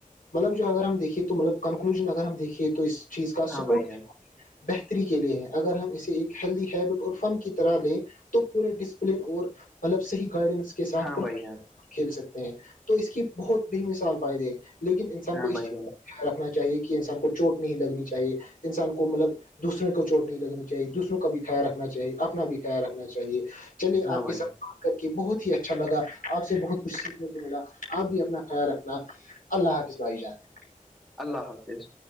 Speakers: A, on the left (about 75°); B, in the centre.
A: مطلب جو اگر ہم دیکھیے تو مطلب کنکلوژن اگر ہم دیکھیے تو اس چیز کا
B: ہاں
A: سپورٹ
B: بھائی جان
A: بہتری کے لیے ہے اگر ہم اسے ایک ہیلدی ہیبٹ اور فن کی طرح لیں تو پورے ڈسپلین اور مطلب صحیح گائڈنس کے ساتھ
B: ہاں بھائی جان
A: کھیل سکتے ہیں تو اس کی بہت ب مثال پائدے ہیں لیکن انسان کو
B: ہاں بھائی
A: اس چیز
B: جان
A: رکھنا چاہیے کہ انسان کو چوٹ نہیں لگنی چاہیے انسان کو مطلب دوسروں کو چوٹ نہیں لگنی چاہیے دوسروں کا بھی خیال رکھنا چاہیے اپنا بھی خیال رکھنا چاہیے چلیے
B: ہاں
A: آپ
B: بھائی
A: کے ساتھ
B: جان
A: کر کے بہت ہی اچھا لگا آپ سے بہت کچھ سیکھنے کو ملا آپ بھی اپنا خیال رکھنا اللہ حافظ بھائی جان
B: اللہ حافظ